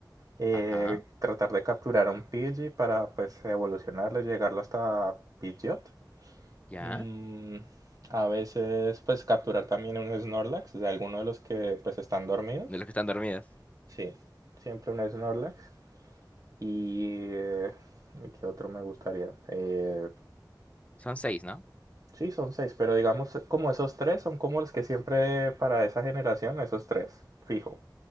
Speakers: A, on the right; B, on the left.
A: eh,
B: Ajá,
A: tratar de capturar a un Pidgey para pues evolucionarlo, y llegarlo hasta Pidgeot.
B: ya.
A: Mm, a veces pues capturar también un Snorlax de alguno de los que pues están dormidos.
B: De los que están dormidos.
A: Sí, siempre un Snorlax. Y eh, ¿qué otro me gustaría? Eh,
B: Son seis, ¿no?
A: Sí, son seis, pero digamos como esos tres son como los que siempre para esa generación, esos tres, fijo.